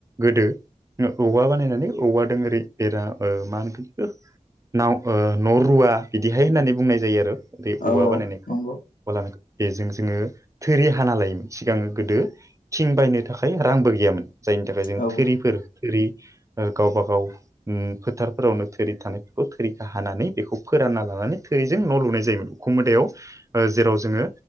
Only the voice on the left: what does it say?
औ
नंगौ
औ